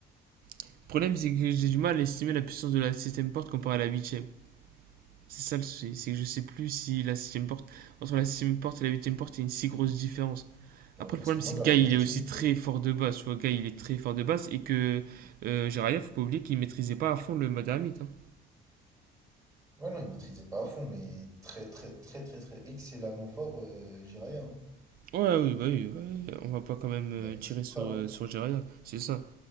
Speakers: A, on the right (about 60°); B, on the right (about 20°).
A: Le problème, c'est que j'ai du mal à estimer la puissance de la septième porte comparée à la huitième. C'est ça le souci, c'est que je sais plus si la septième porte, entre la septième porte et la huitième porte, il y a une si grosse différence.
B: Ouais,
A: Après, le
B: parce
A: problème,
B: que moi,
A: c'est que
B: j'arrive
A: Guy,
B: à
A: il
B: estimer
A: est aussi très fort de base. Tu vois, Guy, il est très fort de base et que euh, Jiraiya, faut pas oublier qu'il maîtrisait pas à fond le mode ermite. hein.
B: Ouais, non, il maîtrisait pas à fond, mais très, très, très, très, très excellemment fort, euh, Jiraiya, hein.
A: Ouais, oui, bah oui, ouais, on va pas quand même euh,
B: Il a fait
A: tirer
B: ses
A: sur,
B: preuves.
A: euh,
B: hein.
A: sur Jiraiya, c'est ça.